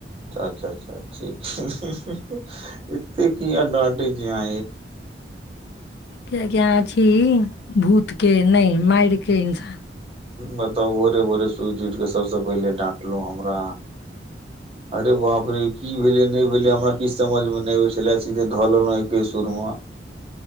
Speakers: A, on the right; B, on the left.
A: अच्छा अच्छा ठ इे की एडवानटेज य
B: क क्य छी भूत के नहि मार के इन्सान
A: बताउ भोरे भोरे सुति उठ के सबसे पहिले डाटलो हमरा अरे बाप रे की भेले नहि भेले हमरा किी समझमे नहि सिलची त धऽल एके सुरमे